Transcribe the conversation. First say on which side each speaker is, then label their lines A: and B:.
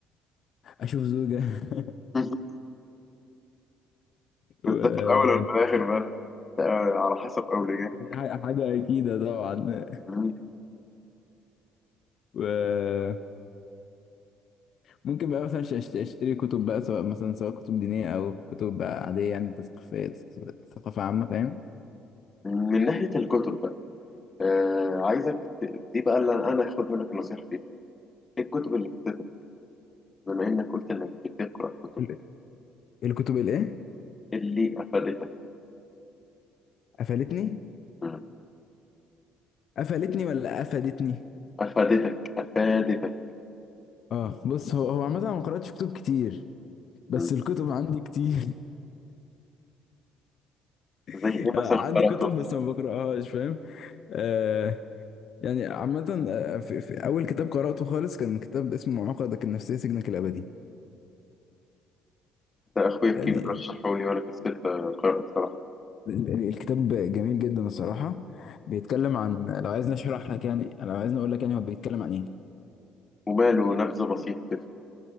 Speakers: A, on the left; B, on the left.
A: اشوف زوجة <laughs>
B: <laughs>
A: و-
B: بس ده في الأول وفي الآخر بقى ده على حسب أولوياتك
A: حاجة أكيدة طبعا
B: من
A: وممكن بقى مثلا أش- أش- أشتري كتب بقى سواء مثلا سواء كتب دينية أو كتب بقى عادية يعني تثقيفية ثقافة عامة فاهم
B: من ناحية الكتب بقى آه عايزك ت- دي بقى اللي أنا أخد منك النصيحة فيها إيه الكتب اللي افادتك بما إنك قلت إنك بتقرأ كتب
A: ال- الكتب الإيه؟
B: إيه اللي أفادتك
A: قفلتني؟
B: مم.
A: قفلتني ولا أفادتني؟
B: أفادتك أفادتك
A: اه بص هو هو عامة أنا ما قرأتش كتب كتير بس
B: مم.
A: الكتب عندي كتير <laughs>
B: زي إيه
A: آه،
B: مثلا
A: عندي
B: قرأته
A: كتب بس ما بقرأهاش فاهم آه يعني عامة آه، في, في أول كتاب قرأته خالص كان كتاب اسمه عقدك النفسية سجنك الأبدي
B: ده أخويا الكبير
A: يعني
B: رشحه لي وأنا كسلت أقرأه بصراحة
A: ال- ال- الكتاب جميل جدا الصراحة بيتكلم عن لو عايزني أشرح لك يعني لو عايزني أقول لك يعني هو بيتكلم عن إيه
B: وماله نبذة بسيطة كده